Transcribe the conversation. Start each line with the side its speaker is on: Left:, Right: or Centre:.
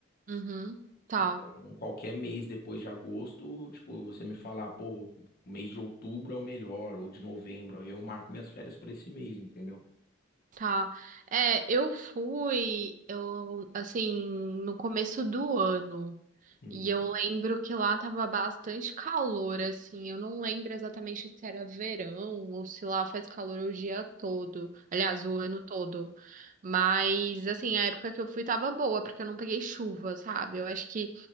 Right: uhum, tá,
Left: Então, qualquer mês depois de agosto, tipo, você me falar, pô, o mês de outubro é o melhor, ou de novembro, aí eu marco minhas férias pra esse mês, entendeu?
Right: tá. É, eu fui, eu, assim, no começo do ano.
Left: Uhum.
Right: E eu lembro que lá tava bastante calor, assim. Eu não lembro exatamente se era verão ou se lá faz calor o dia todo. Aliás, o ano todo. Mas, assim, a época que eu fui tava boa, porque eu não peguei chuva, sabe? Eu acho que